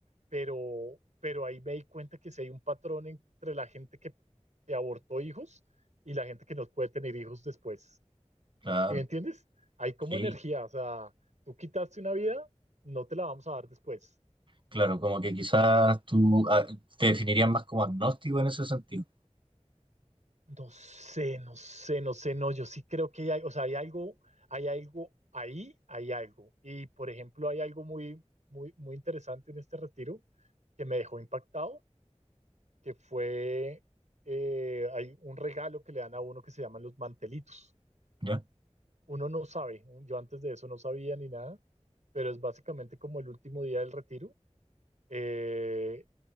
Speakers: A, on the right; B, on the right.
A: pero, pero ahí me di cuenta que si hay un patrón entre la gente que que abortó hijos y la gente que no puede tener hijos después.
B: claro.
A: ¿Sí ¿Me entiendes? Hay como
B: Sí,
A: energía, o sea, tú quitaste una vida, no te la vamos a dar después.
B: claro, como que quizás tú ah, te definirías más como agnóstico en ese sentido.
A: No sé, no sé, no sé, no, yo sí creo que hay, o sea, hay algo, hay algo ahí, hay algo. Y por ejemplo, hay algo muy, muy, muy interesante en este retiro que me dejó impactado, que fue, eh, hay un regalo que le dan a uno que se llaman los mantelitos.
B: Ya,
A: uno no sabe, yo antes de eso no sabía ni nada, pero es básicamente como el último día del retiro. Eh,